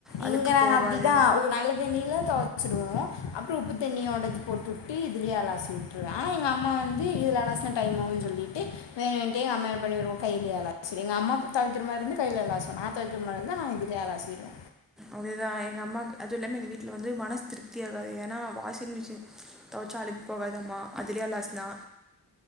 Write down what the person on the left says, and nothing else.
இங்க நாங்க
அப்டிதா ஒரு நல்ல தண்ணில தொவச்சிரு வோ அப்றோ உப்பு தண்ணியோடது போட்டு விட்டு இதுலயே அலாசி விட்ருவே. ஆனா எங்க அம்மா வந்து இதுல அலாசுனா டைம் ஆகுன்னு சொல்லிட்டு வேணுண்ட்டே எங்க அம்மா என் பண்ணிரு கையிலயே அலாசிரு. எங்க அம்மா தொவைக்கற மாரி இருந்தா கைல அலாசு நா தொவைக்கற மாரி இருந்தா நா இதுலயே அலாசிருவே.